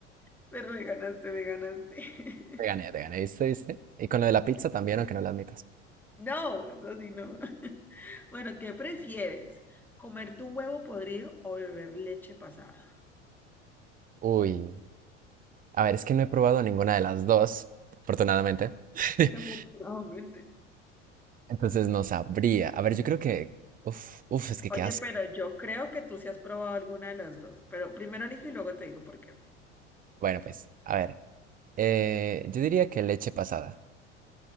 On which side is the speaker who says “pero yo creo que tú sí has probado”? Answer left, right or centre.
Centre